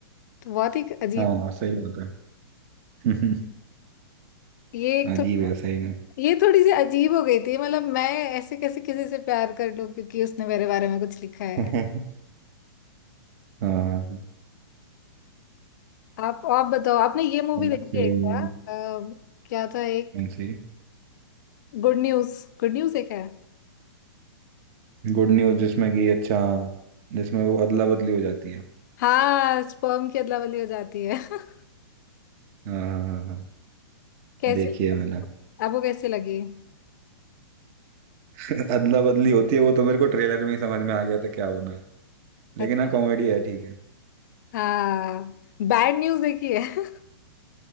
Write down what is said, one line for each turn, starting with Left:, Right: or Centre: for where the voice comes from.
Left: तो बहुत ही अजीब
Right: हाँ सही बात है <laughs>
Left: ये एक
Right: अजीब
Left: थो,
Right: है सही में
Left: ये थोड़ी सी अजीब हो गई थी मतलब मैं ऐसे कैसे किसी से प्यार कर लूं क्योंकि उसने मेरे बारे में कुछ लिखा है
Right: <laughs> हाँ हाँ,
Left: आप आप बताओ आपने ये मूवी
Right: सही
Left: देखी है क्या
Right: में।
Left: अ, क्या था एक
Right: कौन सी
Left: गुड न्यूज गुड न्यूज एक है
Right: गुड न्यूज जिसमें कि अच्छा जिसमें वो अदला बदली हो जाती है
Left: हाँ स्पर्म की अदला बदली हो जाती है <laughs>
Right: हाँ हाँ हाँ हाँ
Left: कैसे
Right: देखी है मैंने
Left: आपको कैसे लगी
Right: <laughs> अदला बदली होती है वो तो मेरे को ट्रेलर में ही समझ में आ गया था क्या होना है लेकिन
Left: अच्छा,
Right: हाँ कॉमेडी है ठीक है
Left: हाँ बैड न्यूज देखी है